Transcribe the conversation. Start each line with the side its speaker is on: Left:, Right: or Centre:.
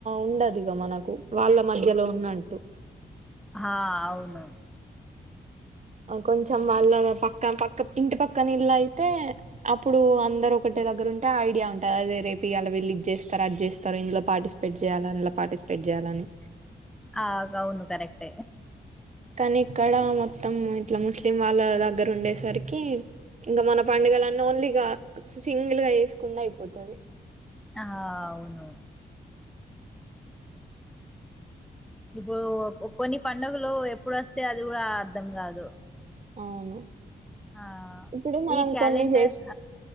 Right: ఉండదు గ మనకు వాళ్ళ మధ్యలో ఉన్నట్టు
Centre: హా అవును
Right: కొంచెం వాళ్ళ పక్క పక్క ఇంటి పక్కన ఇళ్ళ అయితే అప్పుడు అందరు ఒకే దగ్గర ఉంటే ఐడియా ఉంటది అదే ఇలా వీళ్ళ ఇ చేస్తారు అ చేస్తారు ఇందులో పార్టిసిపేట్ చేయాల అందు పటి స్పెడ్ చేయాలని
Centre: ఆ గవును కరెక్ట్
Right: కానీ ఇక్కడ మొత్తం ఇట్ల ముస్లిం వాళ్ళ దగ్గర ఉండేసరికి ఇంకా మన పండుగలన్ ఓన్లీగ సింగిల్ గా చేసుకున్న అయిపోతది
Centre: ఆ అవును ఇప్పుడు కొన్ని పండుగలు ఎప్పుడు వస్తాయో అది కూడా అర్ధం కాదు
Right: అవును
Centre: ఆ
Right: ఇప్పుడు మనం
Centre: ఈ క్యాలెండర్
Right: కొన్ని చేస్